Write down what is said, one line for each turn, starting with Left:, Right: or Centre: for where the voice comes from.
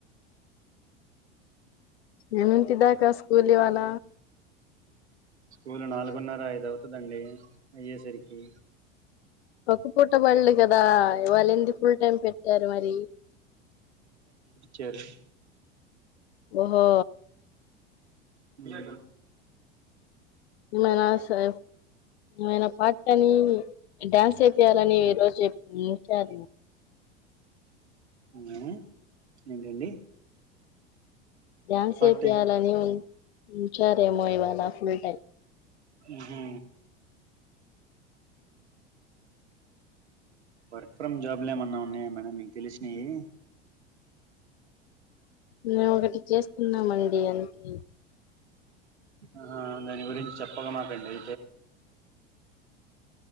Left: ఎన్నింటి దాకా స్కూల్ ఇవాళ
Right: స్కూల్ నాలుగున్నర ఐదు అవుతుదండి అయ్యేసరికి
Left: ఒక పూట పూటబళ్ళు కదా ఇవాళ ఏంది ఫుల్ టైం పెట్టారు మరి
Right: చేరు
Left: ఓహో
Right: హ్మ్
Left: మనా సే ఆయన పాట అని డ్యాన్స్ చెపీయాలని ఈ రోజు చెప్ ఉంచారు.
Right: ఆ ఏంటండి
Left: డాన్స్
Right: పార్ట్
Left: వేపియాలని
Right: టైం
Left: ఉం ఉంచారేమో ఇవాళ ఫుల్ టైమ్
Right: ఊహూ వర్క్ ఫ్రమ్ జాబ్లు ఏమన్నా ఉన్నాయా మేడం మీ తెలిసినియి
Left: మేము ఒకటి చేస్తున్నాం అనేది ఏ అంత ఏ
Right: ఆ దాని గురించి చెప్పక మాకండి